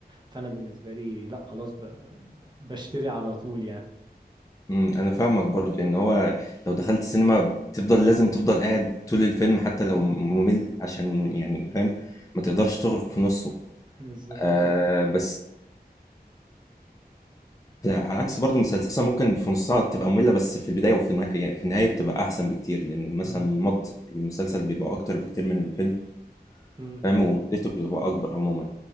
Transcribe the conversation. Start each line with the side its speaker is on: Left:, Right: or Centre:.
Right: فانا بالنسبه لي لا خلاص ب... بشتري على طول يعني
Left: امم انا فاهمك برضو ان هو لو دخلت السينما بتفضل لازم تفضل قاعد طول الفيلم حتى لو
Right: امم
Left: ممل عشان يعني فاهم ما تقدرش تغرق في نصه
Right: بالظبط
Left: آه بس على عكس برضو مسلسل مثلاً ممكن في نصها تبقى مملة بس في البداية وفي النها- يعني في النهاية بتبقى احسن بكتير لان مثلا
Right: امم
Left: مط المسلسل بيبقى اكتر بكتير من الفيلم
Right: امم
Left: فاهم ومدته بتبقى اكبر عموما